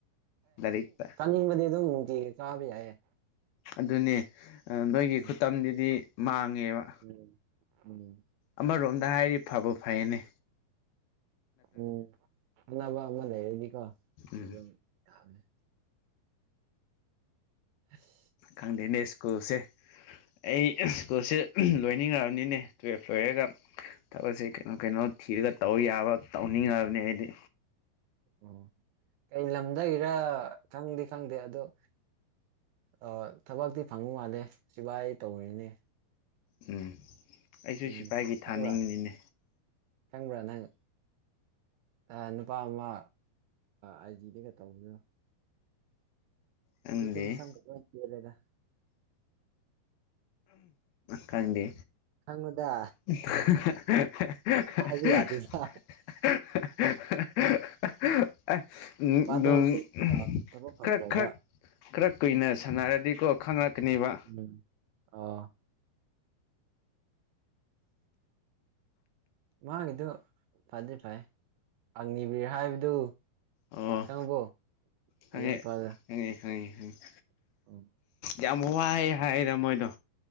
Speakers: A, on the left; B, on the right.
A: ꯂꯥꯏꯔꯤꯛꯇ
B: ꯆꯥꯅꯤꯡꯕꯗꯤ ꯑꯗꯨꯝ ꯅꯨꯡꯇꯤꯒꯤ ꯀꯥꯕ ꯌꯥꯏꯌꯦ
A: ꯑꯗꯨꯅꯦ ꯅꯣꯏꯒꯤ
B: ꯎꯝ
A: ꯈꯨꯠꯇꯝꯗꯨꯗꯤ ꯃꯥꯡꯉꯦꯕ
B: ꯎꯝ ꯎꯝ
A: ꯑꯃꯔꯣꯝꯗ ꯍꯥꯏꯔꯗꯤ ꯐꯕꯨ ꯐꯩꯌꯦꯅꯦ
B: ꯎꯝ ꯈꯪꯅꯕ ꯑꯃ ꯂꯩꯔꯗꯤꯀꯣ
A: ꯎꯝ
B: ꯑꯗꯨꯝ ꯌꯥꯕꯅꯦ ꯑꯁ
A: ꯈꯪꯗꯦꯅꯦ ꯁ꯭ꯀꯨꯜꯁꯦ ꯑꯩ ꯁ꯭ꯀꯨꯜꯁꯦ ꯂꯣꯏꯅꯤꯡꯉꯛꯑꯕꯅꯤꯅꯦ ꯇ꯭ꯌꯦꯜꯐ ꯂꯣꯏꯔꯒ ꯊꯕꯛꯁꯦ ꯀꯩꯅꯣ ꯀꯩꯅꯣ ꯊꯤꯔꯒ ꯇꯧ ꯌꯥꯕ ꯇꯧꯅꯤꯡꯉꯤꯑꯕꯅꯦ ꯑꯩꯗꯤ
B: ꯑꯣ ꯀꯩ ꯂꯝꯗꯒꯤꯔ ꯈꯪꯗꯤ ꯈꯪꯗꯦ ꯑꯗꫭ ꯑ ꯊꯕꯛꯇꯤ ꯐꯪꯕ ꯃꯥꯜꯂꯦ ꯁꯤꯕꯥꯏ ꯇꯧꯔꯤꯅꯦ
A: ꯎꯝ ꯑꯩꯁꯨ
B: ꯎꯝ
A: ꯁꯤꯐꯥꯏꯒꯤ
B: ꯈꯪꯕ꯭ꯔꯥ
A: ꯊꯥꯅꯤꯡꯉꯤꯅꯤꯅꯦ
B: ꯈꯪꯕ꯭ꯔꯥ ꯅꯪ ꯑ ꯅꯨꯄꯥ ꯑꯃ ꯑꯥꯏ ꯖꯤꯗꯒ ꯇꯧꯕꯗꯨ
A: ꯈꯪꯗꯦ
B: ꯍꯧꯖꯤꯛꯇꯤ ꯃꯁꯝꯀ ꯂꫭꯏ ꯇꯦꯜꯂꯦꯗ
A: ꯈꯪꯗꯦ
B: ꯈꯪꯉꯨꯗ
A: <unintelligible> <unintelligible>
B: ꯍꯥꯏꯕ ꯌꯥꯗꯦꯗ
A: ꯑ <unintelligible>
B: ꯃꯥꯗꯣ ꯍꯧꯖꯤꯛ ꯑꯥ ꯊꯕꯛ ꯐꯪꯈ꯭ꯔꯦꯕ
A: ꯈ꯭ꯔꯛ ꯈ꯭ꯔꯛ ꯈꯔ ꯀꯨꯏꯅ ꯁꯥꯟꯅꯔꯗꯤꯀꯣ ꯈꯪꯂꯛꯀꯅꯦꯕ
B: ꯎꯝ ꯑꯣ ꯃꯥꯒꯤꯗꯨ ꯐꯗꯤ ꯐꯩꯌꯦ ꯑꯛꯅꯤꯕꯤꯔ ꯍꯥꯏꯕꯗꯨ
A: ꯑꯣ
B: ꯈꯪꯉꯕꯣ
A: ꯈꯪꯉꯦ
B: ꯑꯗꯨꯢ ꯅꯨꯄꯥꯗꯨ
A: ꯈꯪꯉꯦ ꯈꯪꯉꯦ ꯈꯪꯉꯦ
B: <inaudible>
A: ꯌꯥꯝ ꯋꯥꯏꯌꯦ ꯍꯥꯏꯗ ꯃꯣꯏꯗꯣ꯫